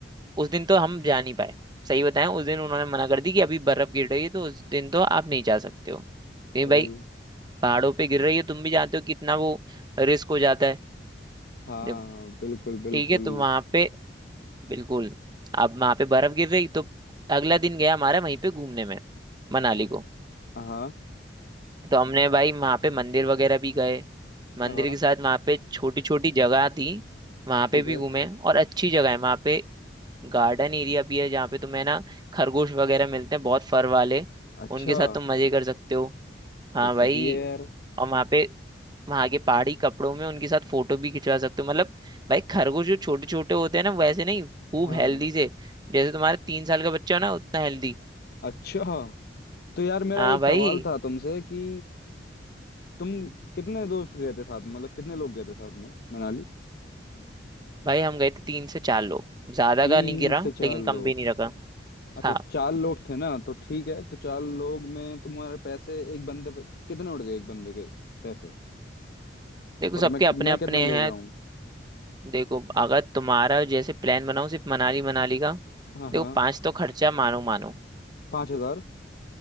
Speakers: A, on the right (about 25°); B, on the left (about 60°).
A: उस दिन तो हम जा नहीं पाए सही बताएं उस दिन उन्होंने मना कर दी कि अभी बर्फ गिर रही है तो उस दिन तो आप नहीं जा सकते हो नहीं
B: अरे
A: भाई पहाड़ों पे गिर रही है तुम भी जानते हो कितना वो रिस्क हो जाता है
B: हाँ
A: जब
B: बिल्कुल बिल्कुल
A: ठीक है तो वहां पे बिल्कुल अब वहां पे बर्फ गिर रही तो अगला दिन गया हमारा वहीं पे घूमने में मनाली को
B: हाँ
A: तो हमने भाई वहां पे मंदिर वगैरह भी गए मंदिर
B: हाँ
A: के साथ वहां पे छोटी छोटी जगह थी वहां पे
B: ठीक
A: भी
B: है
A: घूमे और अच्छी जगह है वहां पे गार्डन एरिया भी है जहाँ पे तुम्हें ना खरगोश वगैरह मिलते हैं बहुत फर वाले
B: अच्छा
A: उनके साथ तुम मजे कर सकते हो हाँ
B: अरे
A: भाई
B: सही है यार
A: और वहाँ पे वहां के पहाड़ी कपड़ों में उनके साथ फोटो भी खिंचवा सकते हो मतलब भाई खरगोश जो छोटे छोटे होते हैं ना वैसे नहीं खूब
B: हाँ
A: हेल्दी से जैसे तुम्हारा तीन साल का बच्चा हो ना उतना हेल्दी
B: अच्छा तो यार मेरा
A: हाँ
B: एक
A: भाई
B: सवाल था तुमसे कि तुम कितने दोस्त गए थे साथ में मतलब कितने लोग गए थे साथ में मनाली
A: भाई हम गए थे तीन से चार लोग ज्यादा
B: तीन
A: का नहीं गिरा
B: से चार
A: लेकिन
B: लोग
A: कम भी नहीं रखा
B: अच्छा
A: हाँ
B: चार लोग थे ना तो ठीक है तो चार लोग में तुम्हारे पैसे एक बंदे पे कितने उड़ गए एक बंदे के पैसे
A: देखो
B: और
A: सबके
B: मैं
A: अपने
B: मैं
A: अपने
B: कितना ले
A: हैं
B: जाऊं
A: देखो अगर तुम्हारा जैसे प्लान बनाओ सिर्फ मनाली मनाली का
B: हाँ हाँ
A: देखो पाँच तो खर्चा मानो मानो
B: पाँच हजार